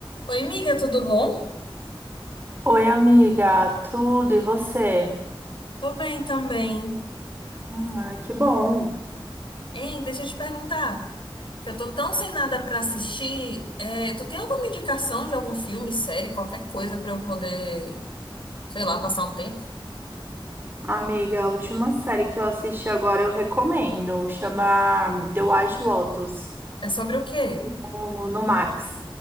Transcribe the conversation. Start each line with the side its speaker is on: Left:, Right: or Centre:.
Left: Oi, amiga, tudo bom?
Right: Oi, amiga, tudo e você?
Left: Tô bem também.
Right: Hum, ai, que bom.
Left: Hein, deixa eu te perguntar, que eu tô tão sem nada pra assistir, é, tu tem alguma indicação de algum filme, série, qualquer coisa pra eu poder, sei lá, passar um tempo?
Right: Amiga, a última série que eu assisti agora eu recomendo, chama The White Lotus,
Left: É sobre o quê?
Right: ou no Max.